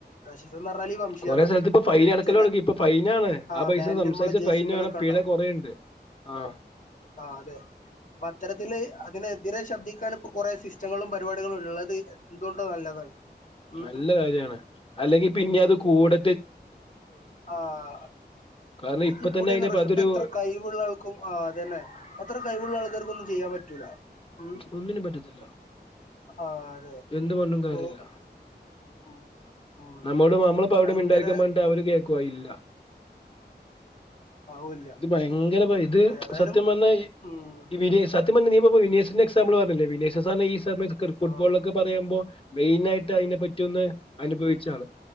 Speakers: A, on the left (about 45°); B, on the left (about 30°).
A: റാഷിസംന്നർഞ്ഞാല് ക്യറ
B: കൊറേ സ്ഥലത്ത് ഇപ്പൊ ഫൈൻ
A: എൻ
B: അടക്കല്
A: ചെല
B: തൊടങ്ങി. ഇപ്പൊ ഫൈനാണ്.
A: ആ
B: പൈസ
A: ബാന്റ്മ്മലോ
B: സംസാരിച്ച
A: ജയ്‌സിമ്മലൊക്കെ
B: ഫൈനാണ് പിഴ
A: ണ്ടാവും.
B: കൊറേണ്ട്. ആ.
A: ആ അതെ പത്രത്തില് അതിനെതിരെ ശബ്ദിക്കാന് ഇപ് പ്പൊ കുറേ സിസ്റ്റങ്ങളും പരിപാടികളും ഉള്ളത് എന്തുകൊണ്ടും നല്ലതാണ് ഉം
B: നല്ല കാര്യാണ് അല്ലെങ്കി പിന്നെ അത് കൂട്
A: ആഹ്
B: കാരണം ഇപ്പൊ
A: തി
B: തന്നെ
A: കൂടെലോ
B: അതിനെ
A: പ്രശ്നം
B: പ- അതൊരു
A: പ്പൊ എത്ര കൈവുള്ള ആൾക്കും ആ അതന്നെ അത്ര കൈവുള്ള ആൾക്കാർക്കൊന്നും ചെയ്യാൻ പറ്റൂല ഉം
B: ഒന്നിനും പറ്റത്തില്ല
A: ആ അതെ
B: എന്ത് കൊണ്ടും
A: ഇപ്പൊ
B: കാര്യല്ല
A: ഉം ഉം
B: നമ്മളും നമ്മളിപ്പൊ അവിടെ
A: ഭയങ്കര
B: മി ണ്ടായിരിക്കാൻപർന്ട്ട് അവര് കേ കൊയില്ല
A: ആവില്ല
B: ഇത് ഭയങ്കരപ ഇത്
A: ഏതായാലും
B: സത്യം പർഞ്ഞാ ഈ
A: ഉം
B: ഇവിരി സത് ത്യം പർഞ്ഞ നീ ഇവോ പൊ വിനീസ്ന് എക്‌സാമ്പ്ള് പർഞ്ഞില്ലെ ദ ബെസ്‌കർ ഫുട്ബോളൊക്കെ
A: ആ
B: പറയുമ്പോ മെയിനായിട്ട് അയിനെ പറ്റി ഒന്ന് അനുഭവി ച്ചാള്